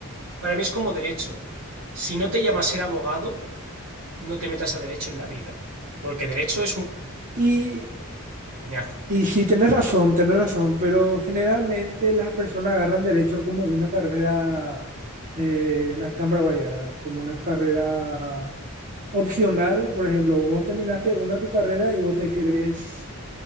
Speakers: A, on the right; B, on the right.
A: Para mí es como derecho. Si no te llama a ser abogado, no te metas a derecho en la vida, porque derecho es un
B: sí.
A: peñazo.
B: Y sí, tenés razón, tenés razón, pero generalmente las personas agarran derecho como una carrera eh, acá en Paraguay, ¿verdad? Como una carrera opcional, por ejemplo, vos terminaste una tu carrera y vos te querés